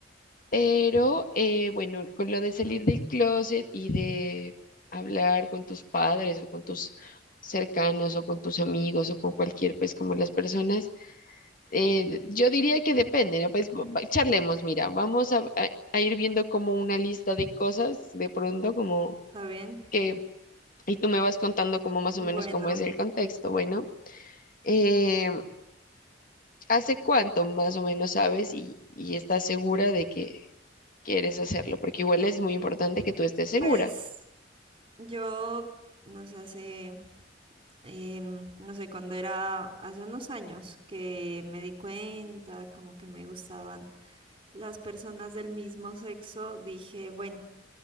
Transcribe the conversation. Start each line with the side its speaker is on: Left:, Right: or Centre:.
Left: Pero eh, bueno, con lo de salir del closet y de hablar con tus padres o con tus cercanos o con tus amigos o con cualquier, pues como las personas, eh, yo diría que depende, ¿no? Pues va- va- charlemos, mira, vamos a, a- a ir viendo como una lista de cosas de pronto, como...
Right: ¿está bien?
Left: que y tú me vas contando como más
Right: Bueno,
Left: o menos cómo es el contexto. Bueno, eh, ¿hace cuánto más o menos sabes y, y estás segura de que quieres hacerlo? Porque igual es muy importante que tú estés segura.
Right: pues yo, no sé, hace, em, no sé, cuando era hace unos años que me di cuenta como que me gustaban las personas del mismo sexo, dije, bueno.